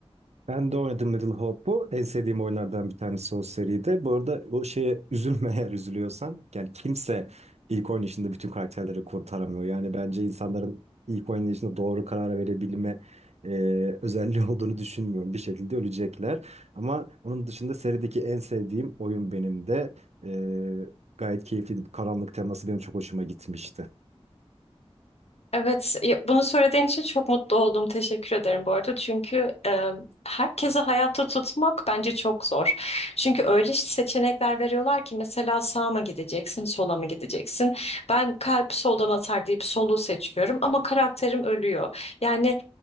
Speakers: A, on the right; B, on the left.
A: Ben de oynadım Middle Hope'u. En sevdiğim oyunlardan bir tanesi o seride. Bu arada o şeye <laughs> üzülme eğer üzülüyorsan. Yani kimse ilk oynayışında bütün karakterleri kurtaramıyor. Yani bence insanların ilk oynayışında doğru karar verebilme e, özelliği <laughs> olduğunu düşünmüyorum. Bir şekilde ölecekler. Ama onun dışında serideki en sevdiğim oyun benim de. E, gayet keyifliydi. Bu karanlık teması benim çok hoşuma gitmişti.
B: Evet, ya- bunu söylediğin için çok mutlu oldum. Teşekkür ederim bu arada. Çünkü e, herkese hayatta tutmak bence çok zor. Çünkü öyle seçenekler veriyorlar ki mesela sağa mı gideceksin, sola mı gideceksin? Ben kalp soldan atar deyip solu seçiyorum ama karakterim ölüyor. Yani